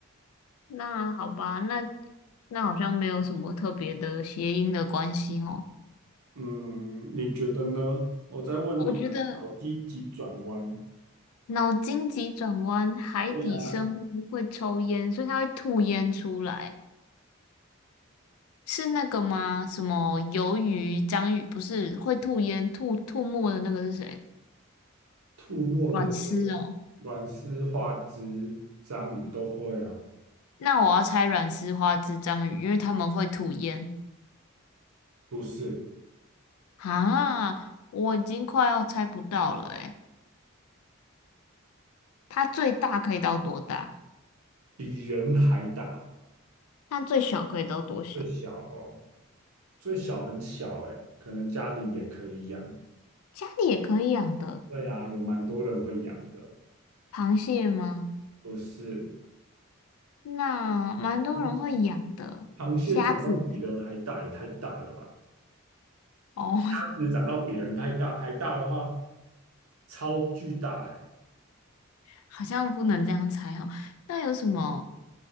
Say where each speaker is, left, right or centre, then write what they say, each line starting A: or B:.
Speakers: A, on the left; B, on the right.
A: 那好吧，那那好像没有什么特别的谐音的关系哦。
B: 嗯，你觉得呢？我再问你啊，
A: 我觉得
B: 好积极转弯。
A: 脑筋急转弯，海底生物会抽烟，
B: 对啊，
A: 所以它会吐烟出来，是那个吗？什么鱿鱼、章鱼不是会吐烟、吐吐沫的那个是谁？
B: 吐沫的是
A: 阮丝哦。
B: 软丝、花枝、章鱼都会啊，
A: 那我要猜软丝花枝章鱼，因为他们会吐烟。
B: 不是
A: 啊，我已经快要猜不到了诶，它最大可以到多大？
B: 比人还大，
A: 那最小可以到多小？
B: 最小哦，最小很小哎，可能家里也可以养。
A: 家里也可以养的，
B: 对啊，有蛮多人会养的，
A: 螃蟹吗？
B: 不是？
A: 那蛮多人会养的，
B: 螃螃蟹长到比人还大，
A: 虾子。
B: 也太大了吧？
A: 哦，
B: 鸭子长到比人太大还大的话，超巨大哎。
A: <laughs> 好像不能这样猜哦。那有什么